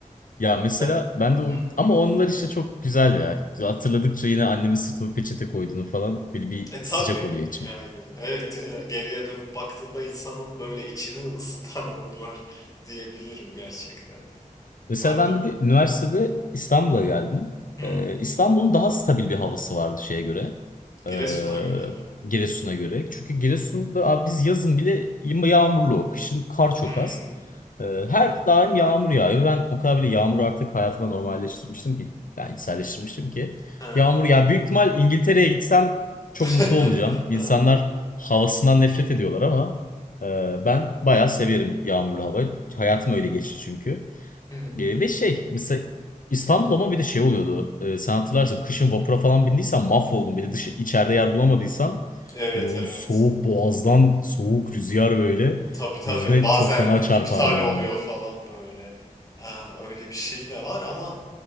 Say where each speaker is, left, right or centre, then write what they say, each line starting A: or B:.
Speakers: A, on the left (about 70°); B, on the left (about 25°).
A: Ya mesela
B: Ben...
A: ben de o...
B: Hmm.
A: ama onlar işte çok güzel ya. Hatırladıkça yine annemin sırtıma peçete koyduğunu falan böyle bir
B: E
A: sıcak
B: tabii
A: oluyor içim.
B: yani evet e, geriye dönüp baktığında insanın böyle içini ısıtan anılar diyebilirim gerçekten.
A: Mesela
B: Ayrı
A: ben bir de üniversitede İstanbul'a geldim.
B: Hmm.
A: Ee, İstanbul'un daha stabil bir havası vardı şeye göre. Ee,
B: Giresun'a göre mi?
A: Giresun'a göre. Çünkü Giresun'da abi biz yazın bile yağmurlu. Kışın kar çok
B: Hmm.
A: az. Ee, her daim yağmur yağıyor. Ben o kadar bile yağmuru artık hayatıma normalleştirmiştim ki. Yani içselleştirmiştim ki.
B: Ha.
A: Yağmur ya büyük ihtimal İngiltere'ye gitsem
B: <laughs>
A: çok mutlu olacağım. İnsanlar havasından nefret ediyorlar ama e, ben bayağı severim yağmurlu havayı. Hayatım öyle geçti çünkü.
B: Hmm.
A: E, ve şey mesela İstanbul ama bir de şey oluyordu. E, sen hatırlarsın kışın vapura falan bindiysen mahvoldun. Bir de dışı, içeride yer bulamadıysan
B: Evet
A: böyle o
B: evet.
A: soğuk boğazdan soğuk rüzgar böyle
B: Tabii tabii.
A: yüzüne
B: Bazen
A: çok fena çarpardı
B: iptal
A: yani.
B: oluyor falan böyle. Ha, öyle bir şey de var ama